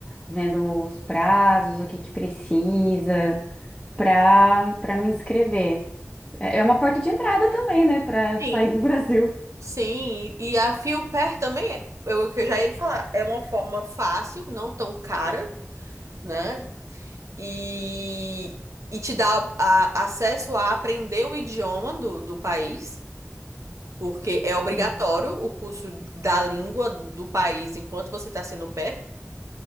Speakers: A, in the centre; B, on the right.
A: vendo os prazos, o que que precisa para para me inscrever. É é uma porta de entrada também, né? Para
B: Sim,
A: sair do Brasil.
B: sim. E a fio também é, eu, que eu já ia te falar, é uma forma fácil, não tão cara. Né? e, e te dá a- acesso a aprender o idioma do, do país, porque é obrigatório
A: Sim,
B: o curso da língua do país enquanto você está sendo pé.